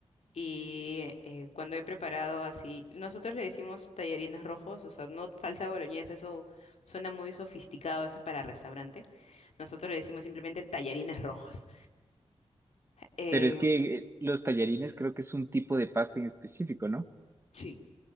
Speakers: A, on the left; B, on the right.
A: y eh, cuando he preparado así, nosotros le decimos tallarines rojos, o sea, no salsa boloñesa, eso suena muy sofisticado, eso es para restaurante. Nosotros le decimos simplemente tallarines rojos. Eh,
B: Pero es que eh, los tallarines creo que es un tipo de pasta en específico, ¿no?
A: sí,